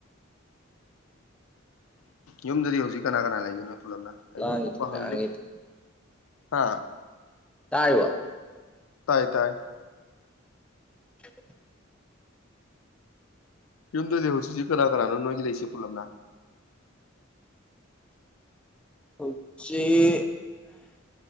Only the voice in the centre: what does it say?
ꯂꯥꯡꯉꯤꯗꯤ
ꯂꯥꯡꯉꯤꯗꯤ
ꯇꯥꯥꯏꯔꯤꯕꯣ
<unintelligible>
ꯈꯣꯏ ꯆꯦ